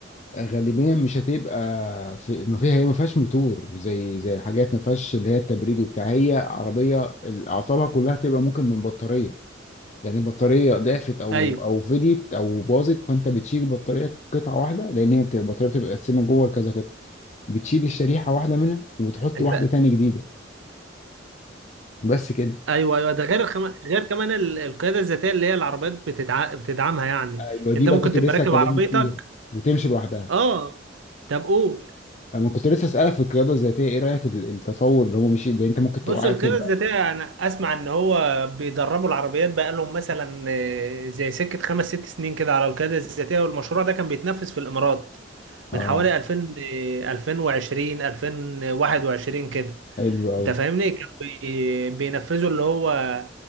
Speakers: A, on the left (about 40°); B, on the right (about 85°).
A: غالبيا مش هتبقى في ما فيها هي ما فيهاش موتور زي زي الحاجات ما فيهاش اللي هي التبريد وبتاع هي عربيه ال- اعطالها كلها تبقى ممكن من بطاريه يعني البطاريه ضعفت او
B: ايوه
A: او فديت او باظت فانت بتشيل البطاريه قطعه واحده لان هي بتبقى- البطاريه بتبقى متقسمه جوه لكذا قطعه بتشيل الشريحه واحده منها وتحط
B: انت
A: واحده تاني جديده بس كده
B: ايوه ايوه ده غير خم... غير كمان ال- القياده الذاتيه اللي هي العربيات بتدع... بتدعمها يعني
A: ايوه دي
B: انت
A: بقى
B: ممكن
A: كنت
B: تبقى
A: لسه
B: راكب
A: هكلمك
B: عربيتك
A: فيها وتمشي لوحدها
B: اه طب قول
A: انا كنت لسه اسالك في القياده الذاتيه ايه رايك ال- التطور اللي هو مش اللي انت ممكن
B: بص
A: تقع
B: القيادة
A: تبقى
B: الذاتية أنا أسمع إن هو بيدربوا العربيات بقالهم مثلا آه، زي سكة خمس ست سنين كده على القيادة الذاتية والمشروع ده كان بيتنفذ في الإمارات
A: اه
B: من حوالي 2000 ل 2020 2021 كده
A: حلو قوي
B: انت فاهمني كانوا بي... بينفذوا اللي هو